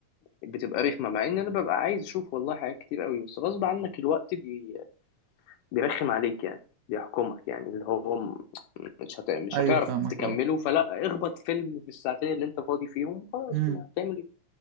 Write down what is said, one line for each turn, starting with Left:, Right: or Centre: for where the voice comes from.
Left: بتبقى رخمه مع ان انا ببقى عايز اشوف والله حاجات كتير قوي بس غصب عنك الوقت بي... بيرخم عليك يعني بيحكمك يعني اللي هو م- مش هت... مش
Right: أيوه
Left: هتعرف
Right: فاهمك
Left: تكمله
Right: اه
Left: فلا اخبط فيلم في الساعتين اللي انت فاضي فيهم خلاص
Right: امم
Left: ما هتعمل ايه